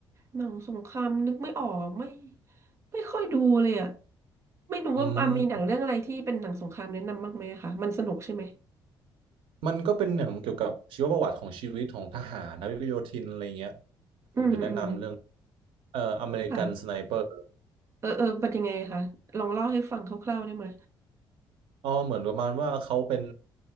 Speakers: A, on the right; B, on the right.
A: หนังสงครามนึกไม่ออกไม่ไม่ค่อยดูเลยอ่ะไม่รู้ว่าอ่ะมีหนังเรื่องอะไรที่เป็นหนังสงครามแนะนำบ้างไหมอะคะมันสนุกใช่ไหม
B: อืมมันก็เป็นอย่างเกี่ยวกับชีวประวัติของชีวิตของทหารนาวิกโยธินอะไรเงี้ยผมจะแนะนำเรื่อง
A: อืมอืม
B: เอ่ออเมริกันสไนเปอร์
A: ค่ะเออเออเป็นยังไงคะลองเล่าให้ฟังคร่าวๆได้ไหม
B: อ๋อเหมือนประมาณว่าเขาเป็น